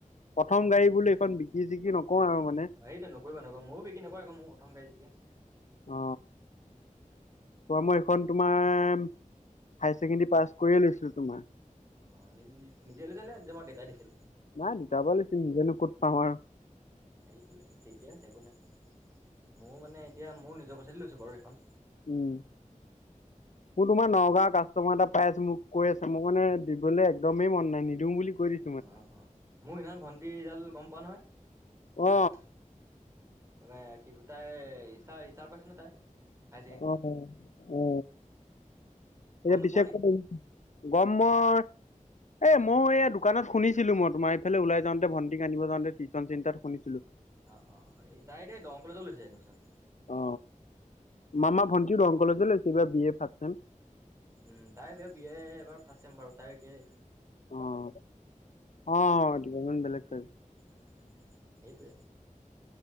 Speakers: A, on the left; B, on the right.
A: প্ৰথম গাড়ী বোলো এইখন বিকি চিকি নকওঁ আৰু মানে
B: এইতেই নকৰিবা নকৰিবা মইয়ো বিকি নকৰো এইখন মোৰো প্ৰথম গাড়ী যেতিয়া
A: অ ত মই এইখন তোমাৰ হাই ছেকেণ্ডী পাছ কৰিয়ে লৈছিলো তোমাৰ।
B: অ নিজ নিজ নিজে লৈছা নে তোমাক দেউতাই দিছিল
A: নাই দেউতা পাই লৈছো নিজেনো ক'ত পাম আৰু
B: এইটোৱে ঠিকে আছে একো নাই ময়ো মানে এতিয়া ময়ো নিজৰ প‌ইচা দিয়ে লৈছো বাৰু এইখন।
A: উম
B: উম উম
A: মোৰ তোমাৰ নগাঁৱৰ কাষ্টমাৰ এটা পাই আছোঁ মোক কৈ আছে মোক মানে দিবলৈ একদমেই মন নাই নিদিওঁ বুলি কৈ দি
B: অ অ মোৰ সেইদিনাখন ভন্টিৰ ৰিজাল্ট গম পোৱা নহয়
A: অ
B: এইবাৰ কি তাই ষ্টাৰ ষ্টাৰ পাইছে ন তাই হায়াৰ ছেকেণ্ডেৰী
A: অ অ এতিয়া
B: গম নোপোৱা
A: পিছে
B: নেকি?
A: <unintelligible> গম মই এ ময়ো এইয়া দোকানত শুনিছিলো মই তোমাৰ এইফালে ওলাই যাওঁতে ভণ্টিক আনিব যাওঁতে টিউচন চেণ্টাৰত শুনিছিলো
B: অ অ তাই এতিয়া দৰং কলেজত লৈছে এডমিশ্যন
A: অ মামা ভণ্টিও দৰং কলেজে লৈছে এইবাৰ বি এ ফাষ্ট চেম
B: উম তাই এবাৰ বি এ এবাৰ ফাষ্ট চেম বাৰু তাই একেই
A: অ অ ডিপাৰ্টমেণ্ট বেলেগ টাইপ
B: উম উম এইটোৱে